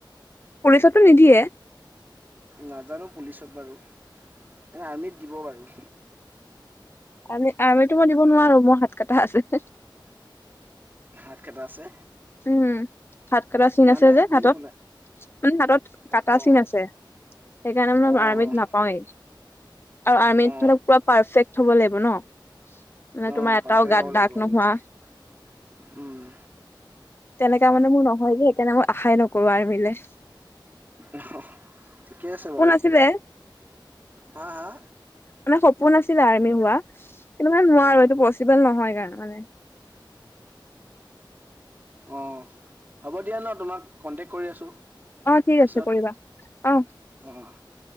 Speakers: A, on the left; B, on the right.
A: পুলিছটো নিদিয়ে?
B: নাজানোঁ পুলিচত বাৰু। এনে, আৰ্মিত দিব বাৰু।
A: আৰ্মি, আৰ্মিতো মই দিব নোৱাৰো, মোৰ হাত কটা আছে
B: হাত কাটা আছে
A: উম! হাত কটা চিন
B: মানে
A: আছে যে
B: বুজি
A: হাতত?
B: পোৱা নাই
A: মানে, হাতত
B: অ
A: কাটা
B: অ
A: চিন আছে। সেইকাৰণে মানে,
B: অ অ
A: আৰ্মিত নাপাওঁৱেই। আৰু আৰ্মিত
B: অ
A: ধ লক পুৰা পাৰফেক্ট হ'ব লাগিব ন মানে
B: অ',
A: তোমাৰ এটাও
B: পাৰফেক্
A: গাত
B: হব লাগিব
A: দাগ
B: আৰুঠয়া
A: নোহোৱা
B: উম
A: তেনেককা মানে মোৰ নহয় যে সেইকাৰণে মই আশাই নকৰো আ মিলে
B: আহ ঠিকেই আছে বাৰু
A: আছিলে
B: হা, হা
A: মানে সপোন আাছিলে আৰ্মি হোৱা, কিন্তুমান নোৱাৰো
B: অ
A: এইটো পচিবল নহয় মানে,
B: অ হ'ব দিয়া ন, তোমাক কন্টেক্ট কৰি আছো
A: অ ঠিক
B: পিছত
A: আছে কৰিবা অ
B: অ',